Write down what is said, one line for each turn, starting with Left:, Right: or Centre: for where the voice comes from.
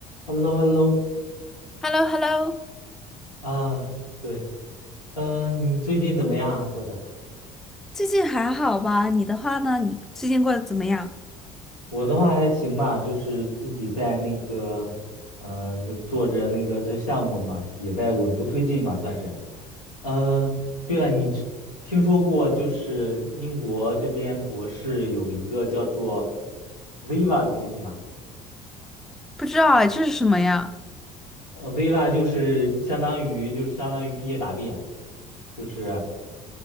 Left: h e l l o h e l l o
Centre: h e l l o h e l l o
Left: 啊，对，嗯，你最近怎么样啊过的？
Centre: 最近还好吧？你的话呢？你最近过得怎么样？
Left: 我的话还行吧，就是自己在那个，嗯、这做着那个这项目的嘛，也在稳步推进嘛，算是。呃，对了，你知听说过就是英国这边博士有一个叫做 Viva 的东西吗？
Centre: 不知道哎，这是什么呀？
Left: 呃，Viva 就是相当于就是相当于毕业答辩，就是。